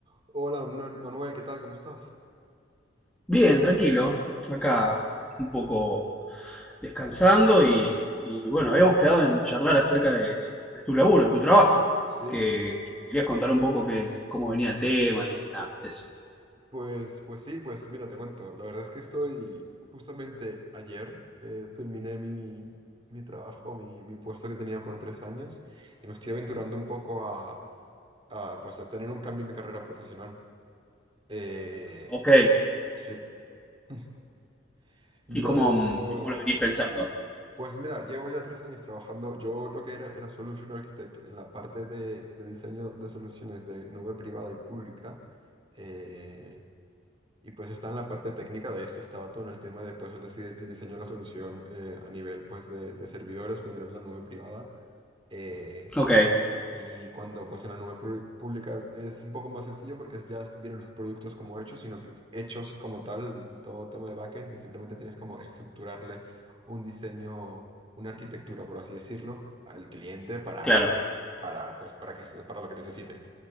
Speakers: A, on the right; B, in the centre.
A: Hola, Manu- Manuel, ¿qué tal? ¿Cómo estás?
B: Bien, tranquilo. Acá un poco descansando y, y, bueno, habíamos quedado en charlar acerca de, de tu laburo, de tu trabajo,
A: Sí,
B: que, que me querías contar un poco que, cómo venía el tema y nada, eso.
A: pues, pues sí, pues mira, te cuento. La verdad es que estoy justamente ayer eh, terminé mi, mi trabajo, mi, mi puesto que tenía por tres años y me estoy aventurando un poco a, a, pues, a tener un cambio en mi carrera profesional. Eh,
B: Ok,
A: sí. <laughs> Yo,
B: y cómo, mm, cómo lo venís pensando.
A: pues mira, llevo ya tres años trabajando. Yo lo que era era Solution Architect en la parte de, de diseño de soluciones de nube privada y pública. Eh, Y pues está en la parte técnica de esto, estaba todo en el tema de pues el, dise- el diseño de la solución eh, a nivel pues de, de servidores cuando era la nube privada. eh,
B: Ok,
A: y cuando pues en la nube pu- pública es un poco más sencillo porque ya vienen los productos como hechos, sino que es hechos como tal en todo tema de backend y simplemente tienes como estructurarle un diseño, una arquitectura, por así decirlo, al cliente para,
B: claro.
A: para, pues, para que, se- para lo que necesite.